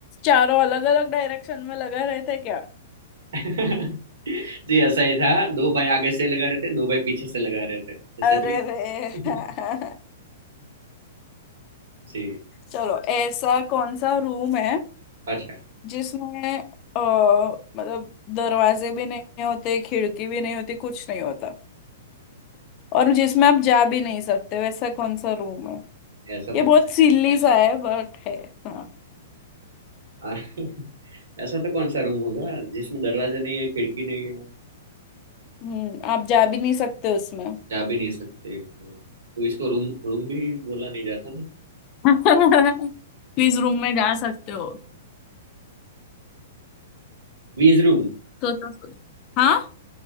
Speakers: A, on the left; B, on the right.
A: चारों अलग अलग डायरेक्शन में लगा रहे थे क्या
B: <laughs> जी ऐसा ही था दो भाई आगे से लगा रहे थे दो भाई पीछे से लगा रहे थे सही
A: अरे रे
B: है
A: <laughs>
B: <laughs> जी
A: चलो ऐसा कौन सा रूम है
B: पाँच का
A: जिसमें अ, मतलब दरवाजे भी नहीं होते खिड़की भी नहीं होती कुछ नहीं होता और जिसमें आप जा भी नहीं सकते वैसा कौन सा रूम है
B: ऐसा
A: ये
B: तक
A: बहुत सिल्ली सा है बट है हाँ
B: आ- <laughs> ऐसा तो कौन सा रूम होगा जिसमें दरवाजा नहीं है खिड़की नहीं है
A: हम्म आप जा भी नहीं सकते उसमें
B: जा भी नहीं सकते हाँ, तो इसको रूम रूम भी बोला नहीं जाता ना
A: <laughs> क्विज रूम में जा सकते हो
B: Quiz room
A: तो तो सोचो। हाँ